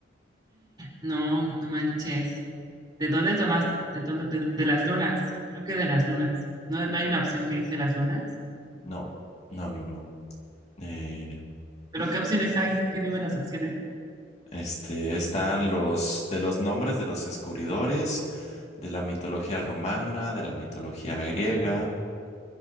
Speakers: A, on the right; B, on the left.
A: No, no manches. ¿De dónde tomas? ¿De dónde? De, de las lunas. Creo que de las lunas. ¿No, no hay una opción que dice las lunas?
B: No, no, no, no. Eh,
A: ¿Pero qué opciones hay? Es que dime las opciones.
B: este, están los de los nombres de los descubridores, de la mitología romana, de la mitología griega.